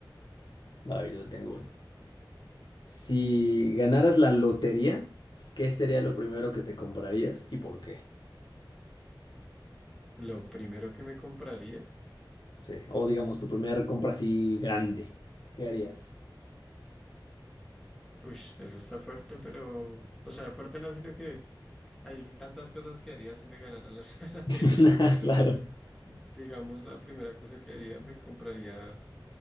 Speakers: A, on the left (about 65°); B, in the centre.
A: A ver, yo tengo uno. Si ganaras la lotería, ¿qué sería lo primero que te comprarías y por qué?
B: Lo primero que me compraría.
A: Sí. O digamos, tu primera compra así grande. ¿Qué harías?
B: Uy, eso está fuerte, pero, o sea, fuerte no, sino que hay tantas cosas que haría si me ganara la, <laughs> lotería,
A: <laughs>
B: pero
A: Claro.
B: digamos la primera cosa que haría, me compraría